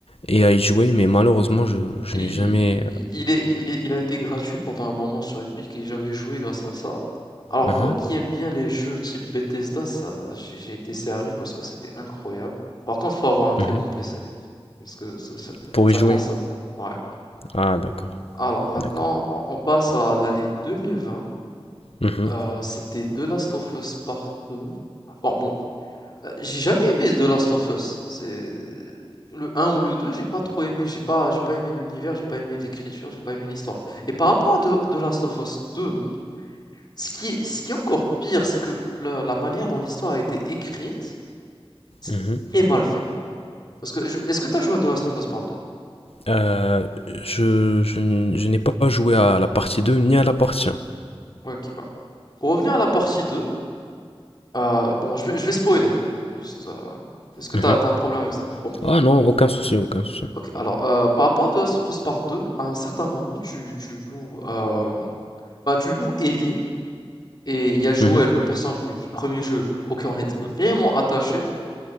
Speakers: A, on the left; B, on the left.
A: et à y jouer, mais malheureusement, je, je
B: Il,
A: n'ai jamais.
B: il, il est, il est- il a été gratuit pendant un moment sur Epic et j'avais joué grâce à ça. Alors
A: euh,
B: moi
A: uhum,
B: qui aime bien les jeux type Bethesda, ça, j'ai j'ai été servi parce que c'était incroyable. Par contre, faut avoir un très
A: uhum.
B: bon PC. Parce que ça, ça- <laughs>
A: Pour
B: ça
A: y jouer.
B: consomme. Ouais.
A: Ah, d'accord,
B: Alors maintenant,
A: d'accord.
B: on on passe à l'année 2020.
A: Uhum,
B: Euh, c'était The Last of Us Part deux. Bon, bon, euh, j'ai jamais aimé The Last of Us. C'est le un ou le 2. j'ai pas trop aimé. J'ai pas, j'ai pas aimé l'univers, j'ai pas aimé l'écriture, j'ai pas aimé l'histoire. Et par rapport à The, The Last of Us 2, ce qui est, ce qui est encore pire, c'est que la, la manière dont l'histoire a été écrite, c'est
A: uhum.
B: très mal fait. Parce que, je- est-ce que tu as joué à The Last of Us Part deux
A: Euh, je je n- je n'ai pas joué à la partie 2 ni à la partie 1.
B: Ok, bah. Pour revenir à la partie 2. Heu, bon, je vais je vais spoiler, juste, heu, est-ce que
A: Mhm.
B: t'as as un problème avec ça? Bon,
A: Ah non, aucun souci, aucun souci.
B: OK. Alors, heu, par rapport à The Last of Us Part 2, à un certain moment, tu tu joues, hem, bah, tu joues Ellie et il y a Joël,
A: Mhm,
B: le personnage du du 1 jeu, auquel on est vraiment attaché